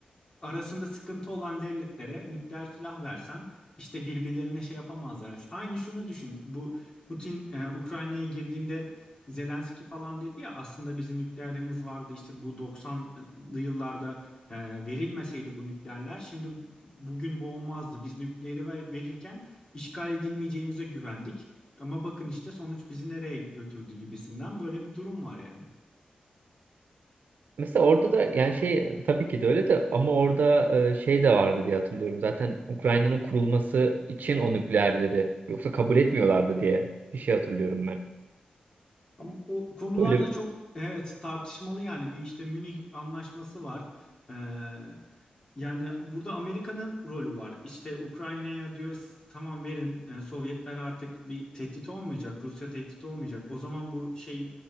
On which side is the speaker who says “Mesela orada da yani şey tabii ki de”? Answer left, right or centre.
Right